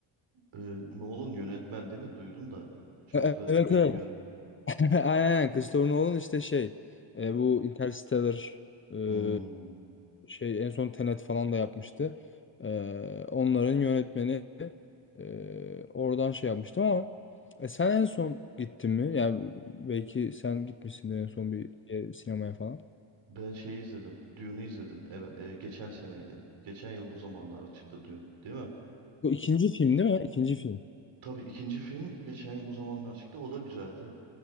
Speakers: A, on the right; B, on the left.
A: Ee, Nolan yönetmen değil mi? Duydum da çok
B: E- e-
A: da
B: Evet
A: bilmiyorum.
B: evet. <laughs> Aynen aynen. Christopher Nolan işte şey e, bu Interstellar e,
A: Hmm.
B: şey en son Tenet falan da yapmıştı. E, onların yönetmeni e, oradan şey yapmıştı ama e, sen en son gittin mi? Yani belki sen gitmişsindir en son bir e, sinemaya falan.
A: Ben şeyi izledim. Dune'u izledim. Evet, e, geçen seneydi. Geçen yıl bu zamanlar çıktı Dune, değil mi?
B: Bu ikinci film değil mi? İkinci film.
A: Tabii ikinci film geçen yıl bu zamanlar çıktı. O da güzeldi.